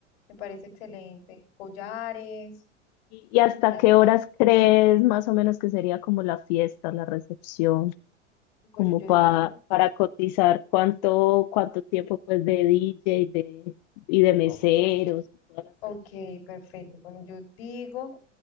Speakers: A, on the left; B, on the left.
A: me parece excelente. Collares,
B: ¿Y, y hasta
A: gafas.
B: qué horas crees más o menos que sería como la fiesta, la recepción,
A: Bueno,
B: como
A: yo
B: pa-
A: digo,
B: para cotizar cuánto, cuánto tiempo pues de DJ de, y de meseros
A: ok,
B: y toda la
A: ok,
B: cosa?
A: perfecto. Bueno, yo digo